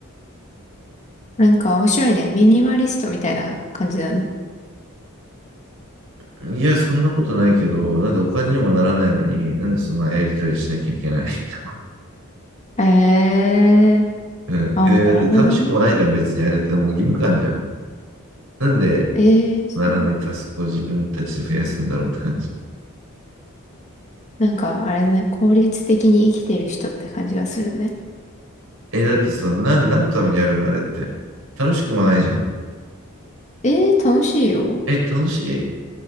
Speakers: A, on the left; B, on the right.
A: なんか面白いね。ミニマリストみたいな感じだね。
B: うん、いや、そんなことないけど、なんでお金にもならないのに、なんでそんなやりとりしなきゃいけない。<laughs>
A: ええー。
B: うん。
A: ああ、
B: えだって楽しくもないじゃん、
A: なるほどね。
B: 別にあれってもう義務感じゃん。なんで
A: ええー、そうなのかな。
B: ならないタスクを自分たちで増やすんだろうって感じ。
A: なんか、あれだね。効率的に生きてる人って感じがするね。
B: え、だってその、なん、何のためにやるのあれって。楽しくもないじゃん。
A: ええー、楽しいよ。
B: え、楽しい。